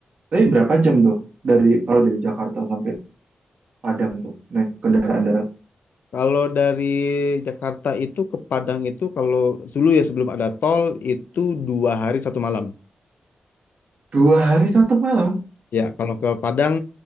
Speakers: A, on the right; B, on the left.
A: Tapi berapa jam tuh dari kalau dari Jakarta sampai Padang tuh naik kendaraan darat?
B: Kalau dari Jakarta itu ke Padang itu kalau dulu ya sebelum ada tol itu dua hari satu malam.
A: Dua hari satu malam.
B: Ya, kalau ke Padang